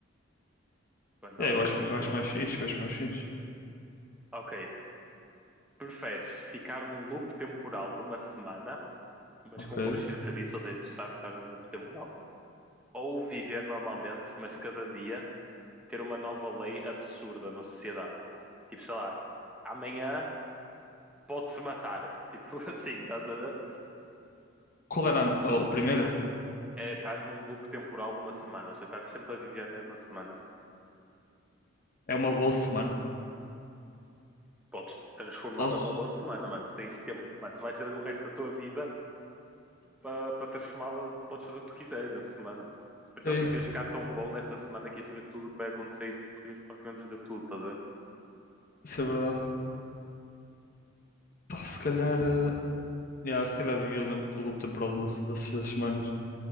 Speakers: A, in the centre; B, on the left.
A: para não
B: É, eu acho,
A: escolher.
B: eu acho mais fixe, eu acho mais fixe.
A: Ok. Preferes ficar num loop temporal de uma semana, mas
B: Ok.
A: com consciência disso, ou seja, tu sabes estar num loop temporal, ou viver normalmente, mas cada dia ter uma nova lei absurda na sociedade. Tipo, sei lá, amanhã pode-se matar. Tipo <laughs> assim, estás a ver?
B: Qual era a, a primeira?
A: É, estás num loop temporal de uma semana, ou seja, estás sempre a viver a mesma semana.
B: É uma boa semana.
A: Podes transformá-la
B: Posso?
A: em uma boa semana, mano. Se tens tempo, mano, tu vais saber o resto da tua vida para para transformá-la, podes fazer o que tu quiseres nessa semana. Pensar
B: Ok.
A: assim, tu ias ficar tão bom nessa semana que ias saber tudo o que vai acontecer e podias praticamente fazer tudo, tá a ver?
B: Isso é verdade. Pá, se calhar. eh, yeah, se calhar vivi o lem- o loop temporal de uma se- dessas das semanas.